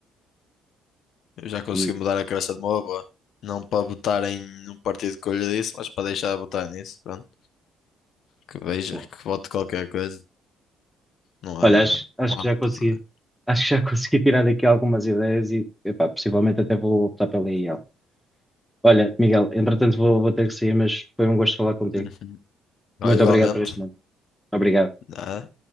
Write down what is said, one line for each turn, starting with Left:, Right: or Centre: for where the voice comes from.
Left: Eu já consegui
Centre: E
Left: mudar a cabeça de uma boa. Não para votar em um partido que eu lhe disse, mas para deixar de votar nisso. Pronto. Que veja,
Centre: bom,
Left: que vote qualquer coisa. Não
Centre: Olha,
Left: há,
Centre: acho, acho
Left: não
Centre: que
Left: há
Centre: já
Left: muito
Centre: consegui,
Left: a fazer.
Centre: acho que já <laughs> consegui tirar aqui algumas ideias e, epá, possivelmente até vou optar pela IEL. Olha, Miguel, entretanto vou, vou ter que sair, mas foi um gosto falar contigo.
Left: Uhum. Olha,
Centre: Muito
Left: igualmente.
Centre: obrigado por este momento. Obrigado.
Left: Nada.